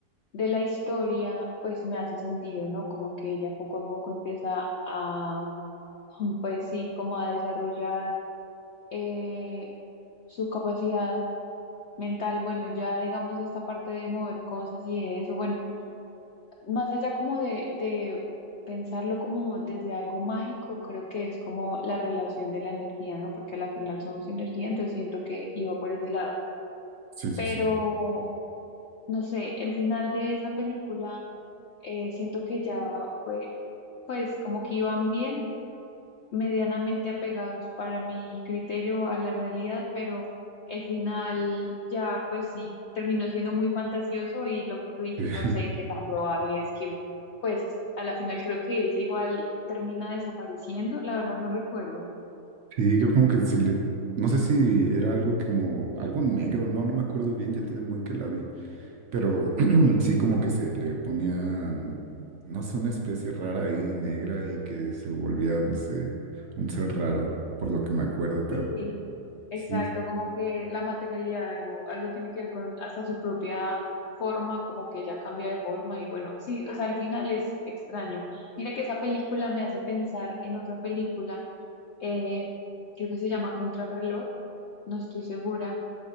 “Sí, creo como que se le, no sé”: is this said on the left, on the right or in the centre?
Right